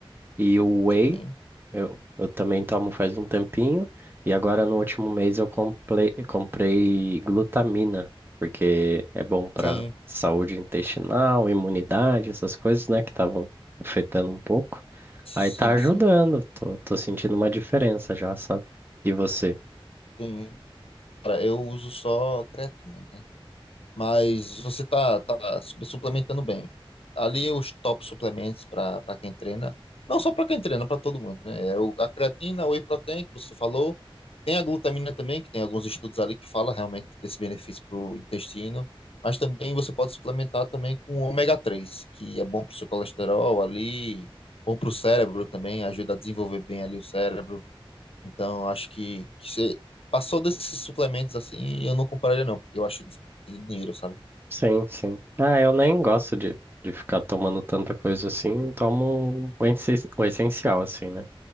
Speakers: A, on the right; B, on the left.
A: E o whey
B: Sim,
A: Eu, eu também tomo faz um tempinho e agora no último mês eu comprei, comprei glutamina, porque é bom para
B: sim,
A: saúde intestinal, imunidade, essas coisas, né, que estavam afetando um pouco.
B: sim,
A: Aí tá ajudando,
B: sim.
A: tô, tô sentindo uma diferença já, sabe? E você?
B: sim Cara, eu uso só creatina, né? mas você tá, tá su- suplementando bem. Ali os top suplementos para para quem treina, não só para quem treina, para todo mundo, né? É o, a creatina, o whey protein que você falou, tem a glutamina também, que tem alguns estudos ali que fala realmente desse benefício para o intestino, mas também você pode suplementar também com o ômega 3 que é bom para o seu colesterol ali, bom para o cérebro também, ajuda a desenvolver bem ali o cérebro. Então, acho que, que você passou desses suplementos assim, eu não compraria não, porque eu acho desperdício de dinheiro, sabe?
A: Sim, sim. Ah, eu nem gosto de, de ficar tomando tanta coisa assim, tomo o essen- o essencial, assim, né?